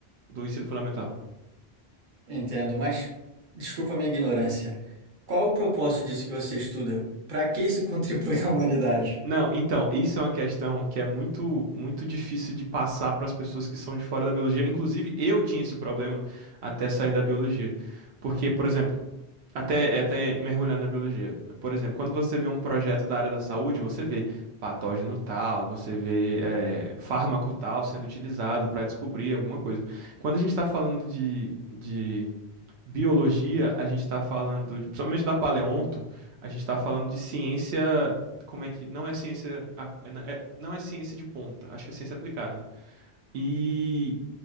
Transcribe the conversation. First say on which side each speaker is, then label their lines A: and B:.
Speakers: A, on the right (about 80°); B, on the right (about 50°).
A: do ensino fundamental.
B: Entendo, mas desculpa a minha ignorância. Qual é o propósito disso que você estuda? Para que isso contribui <laughs> à humanidade?
A: Não, então, isso é uma questão que é muito, muito difícil de passar para as pessoas que são de fora da biologia. Inclusive, eu tinha esse problema até sair da biologia. Porque, por exemplo, Até, é até mergulhando na biologia. Por exemplo, quando você vê um projeto da área da saúde, você vê patógeno tal, você vê eh, fármaco tal sendo utilizado para descobrir alguma coisa. Quando a gente está falando de, de biologia, a gente está falando, de, principalmente da paleonto, a gente está falando de ciência, como é que, não é ciência, ap- é- não é ciência de ponta, acho que é ciência aplicada. E